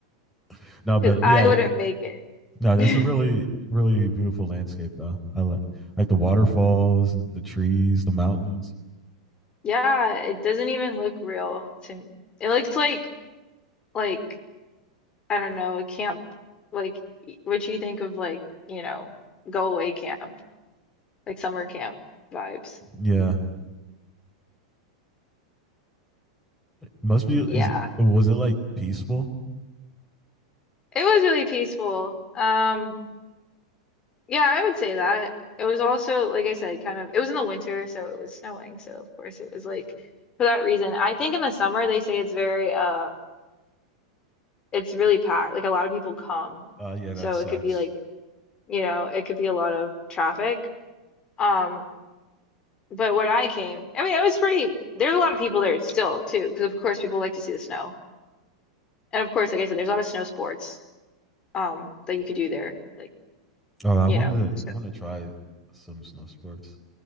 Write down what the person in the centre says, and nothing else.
<laughs> no, but yeah,
no, this
is really really beautiful landscape though. I like like the waterfalls, the trees, the mountains.
Yeah. Must be is
it, was it like peaceful?
Uh yeah,
that sucks.
Oh, I
wanted
to
I want to try some snow sports.